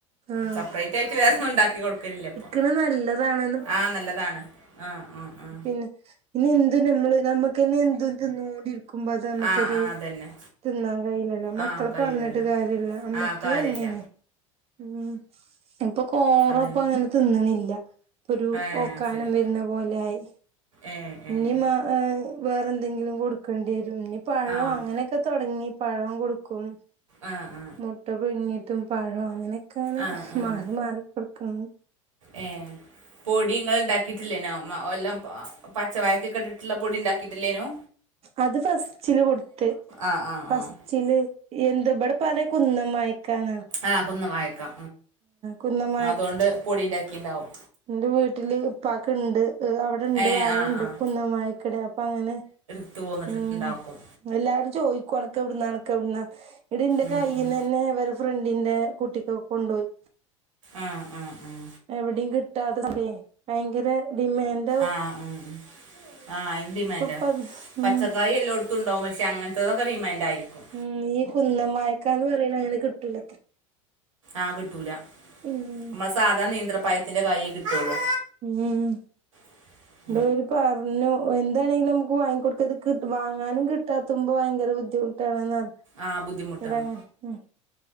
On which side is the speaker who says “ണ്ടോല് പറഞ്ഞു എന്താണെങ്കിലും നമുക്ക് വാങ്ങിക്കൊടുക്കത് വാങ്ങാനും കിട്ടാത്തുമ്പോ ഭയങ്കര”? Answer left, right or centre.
Right